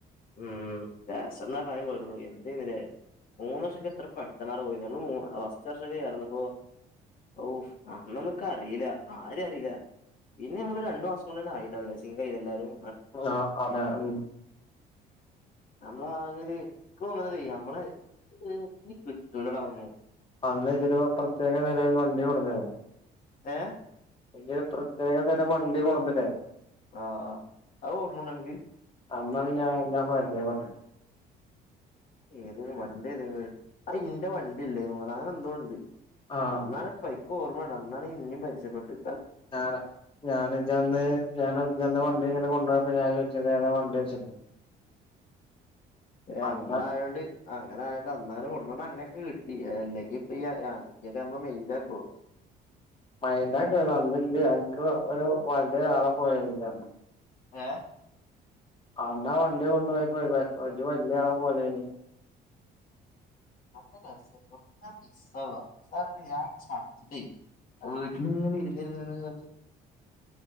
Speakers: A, on the left; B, on the left.
A: ഉം രസം ന്നാർഞ്ഞ പോരടൂ എന്തെയ്നുല്ലേ മൂന്ന് വർഷൊക്കെ എത്ര പെട്ടന്നാണ് പോയിനെ നമ്മൾ മൂ ഫസ്റ്റ് വർഷൊക്കെ ചേർന്നപ്പോ ഓ അന്നന്നക്ക അറിയില്ല ആര അറിയില്ല പിന്നെ നമ്മള് രു മാസം കൊണ്ട് തന്ന ആയിണ്ടാവില്ലേ സിങ്കയില്ലാരും
B: ആ അതെ ഉം
A: <unintelligible> നമ്മളെ ആകൊരു ഇക്കോന്ന്ണതേ നമ്മളെ ഇം ഇനി കിറ്റൂലടാഒന്നും
B: അന്ന് അയിനൊരു പ്രത്യേക തര വണ്ടി കൊടന്നേ
A: ഏ
B: ജ് ഒര് പ്രത്യേക തെരം വണ്ടി കൊടുന്നില്ലേ
A: ആ അ അത് ഓർമന്നനിനക്ക്
B: അന്ന് അത് ഞാ എല്ലാ പരിചയപ്പെട്ട
A: ഏത് വണ്ടി ഇതേപ്പോലെ അത് ഇന്റെ വണ്ടില്ലേ തോന്നണ അങ്ങനെ എന്തോണ്ട്
B: ആഹ്
A: അന്നാണ് പൈക്ക് ഓർമ്മണ്ട അന്നാണ് ഇന്നേം പരിചയപ്പെട്ടെ
B: ഞാനാ ഞാനജ്ജന്ന് ഞാനജ്ജന്ന് വണ്ടി ഇങ്ങനെ കൊണ്ടോ അപ്പൊ ഞാൻ ചോയിച്ചു ഇത് ഏതാ വണ്ടി ചോയിച്ചപ്പോ
A: ഏ
B: അന്ന്
A: അങ്ങനെ ആയോണ്ട് അങ്ങനെ ആയോണ്ട് അന്നാണ് കൊണ്ടോണ്ട് അനക്ക് കിട്ടി അല്ലെങ്കിപ്പൊ ഈ <unintelligible> നമ്മളെ മെയിന്റ ആക്കൊ <unintelligible>
B: മൈൻ്റാകല്ല അന്ന് ഇജ് അൻക് ഒരു വണ്ടി ആളെ പോയേനിയല്ല അനക്ക്
A: ഏ
B: ആന്നാ വണ്ടിയാ കൊണ്ടോയപ്പൊ ഇജ് വല്യാളെപോലേനി
A: അന്ന് രസേ <unintelligible> മിസ്സാവ ആ ചട്ച്ചിട്ടേ വീട്ടിലിങ്ങനെ ഇരുന്നിരുന്നിന്ന് <unintelligible>